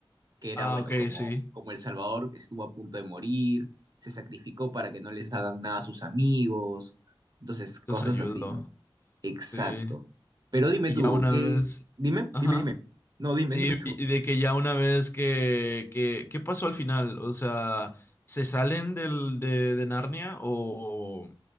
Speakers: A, on the right; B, on the left.
A: que era,
B: Ah,
A: bueno,
B: ok,
A: como,
B: sí.
A: como El Salvador estuvo a punto de morir, se sacrificó para que no les hagan nada a sus amigos. Entonces, cosas
B: Los ayudo.
A: así, ¿no? Exacto.
B: Sí.
A: Pero dime
B: Y
A: tú,
B: ya una
A: ¿qué?
B: vez.
A: Dime,
B: Ajá.
A: dime, dime. No, dime,
B: Sí,
A: dime tú.
B: y y de que ya una vez que, que, ¿qué pasó al final? O sea, ¿se salen del, de, de Narnia o,